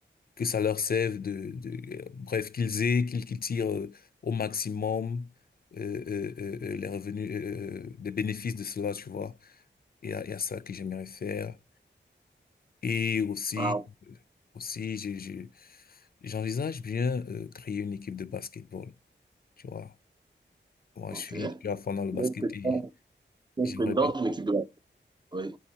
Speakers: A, on the left; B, on the right.
A: que ça leur serve de, de euh, bref, qu'ils aient, qu'ils qu'ils tirent euh, au maximum. euh, euh, euh, euh, les revenus, euh, euh, des bénéfices de cela, tu vois. Et à, et à ça que j'aimerais faire. Et aussi,
B: Ah,
A: aussi, je, je, j'envisage bien euh, créer une équipe de basketball. Tu vois, moi,
B: ok.
A: je suis, je suis à fond dans le basket
B: Donc, c'est
A: et
B: ça, c'est
A: j'aimerais
B: le président
A: bien.
B: d'une équipe de la... Oui.